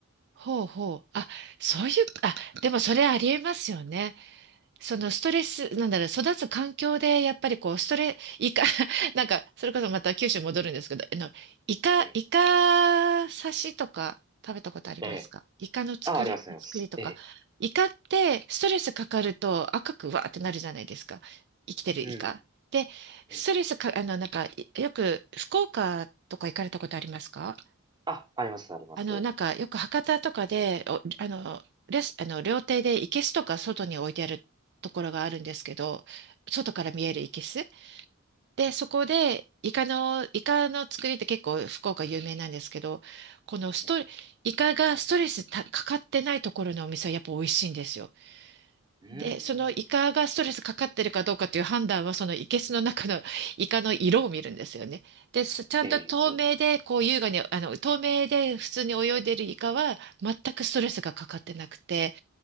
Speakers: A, on the right; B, on the right.
A: ほうほう。あ、そういう、あ、でもそれありえますよね。そのストレス、
B: ええ、
A: なんだろう、育つ環境で、やっぱりこう、ストレ、イカ、<laughs> なんか、それこそまた九州に戻るんですけど、あの、イカ、
B: ええ、
A: イカ刺しとか食べたことありますかイカの作り、
B: ええあ、あります、あります。
A: 作りとか。
B: ええ、
A: イカって、ストレスかかると赤くわーってなるじゃないですか。生きてるイカ。
B: うん、
A: で、
B: ええ、
A: ストレスか、あの、なんか、よく、福岡とか行かれたことありますか
B: あ、あります、あります。
A: あの、なんかよく博多とかで、お、あの、レス、あの、料亭で生けすとか外に置いてあるところがあるんですけど、外から見える生けす。
B: ええ
A: で、
B: うん
A: そこで、イカの、イカの作りって結構福岡有名なんですけど、このストレ、
B: うん
A: イカがストレスたかかってないところのお店はやっぱ美味しいんですよ。
B: うーん。
A: で、そのイカがストレスかかってるかどうかという判断は、その生けすの中の <laughs> イカの色を見るんですよね。で、すちゃんと透明で、
B: ええ、
A: こう優雅に、あの、透明で普通に泳いでるイカは、全くストレスがかかってなくて、